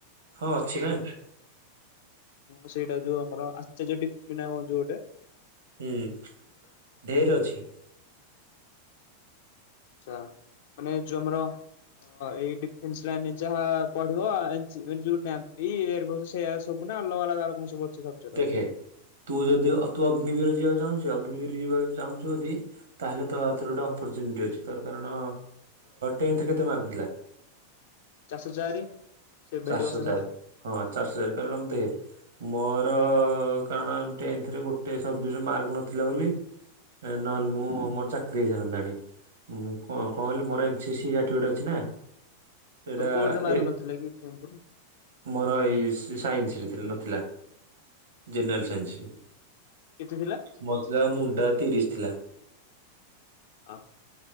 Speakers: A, on the right; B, on the left.
A: ହଁ ଅଛି ନା।
B: ହଁ ସେଇଟା ଯୋଉ ଆମର ଆଶ୍ଚର୍ଯ୍ୟ ଟିପିନାମ ଯୋଉ ଗୋଟେ।
A: ହୁଁ ଢେର ଅଛି।
B: ଆଚ୍ଛା ମାନେ ଯୋଉ ଆମର ହଁ ଏଇ ଡିଫେନ୍ସ ଲାଇନରେ ଯାହା ପଢ଼ିବ ଯୋଉ ନାଭି ଏୟାରଫୋର୍ସ ଇଏରେ ସେଇୟା ଆସୁଛି। ସବୁ ନା ଅଲଗା ଅଲଗାର ସବୁ ଅଛି ସବଜେକ୍ଟ
A: ଦେଖେ
B: ଆଉ
A: ତୁ ଯଦି ତୁ ଅଗ୍ନିବିର ଯିବାକୁ ଚାହୁଁଛୁ ଅଗ୍ନିବିର ଯିବାକୁ ଚାହୁଁଛୁ ଯଦି ତାହେଲେ ତୋ ହାତରେ ଗୋଟେ ଅପରଚ୍ୟୁନିଟି ଅଛି ତୋର କାରଣ ଟେନ୍ଥ ରେ କେତେ ମାର୍କ ଥିଲା?
B: ଚାରିଶହ ଚାରି। ସେଭେଣ୍ଟି
A: ଚାରିଶହ
B: ପରସେଣ୍ଟ
A: ଚାରି ହଁ ଚାରିଶହ ହଜାର କହ ଦେ ମୋର କାରଣ ତେନ୍ଥରେ ଗୋଟେଏ ସବଜେକ୍ଟରେ ମାର୍କ ନଥିଲା ବୋଲି ନହେଲେ ମୁଁ ମୋର ଚାକିରି ହେଇସାରନ୍ତାଣି ମୁଁ କ କଣ କହିଲି ମୋର ଏନ୍ ସି ସି ଗୋଟେ ଅଛି ନା ସେଇଟା
B: ତୋର କୋଉ ଠିରେ ମାର୍କ ନ ଥିଲା କି ତେନ୍ଥରେ?
A: ମୋର ଏଇ ସାଇନ୍ସ ରେ ନଥିଲା ଜେନେରାଲ ସାଇନ୍ସ। ରେ।
B: କେତେ ଥିଲା?
A: ମୋର ଥିଲା ମୁଣ୍ଡ ତିରିଶ ଥିଲା।
B: ହଁ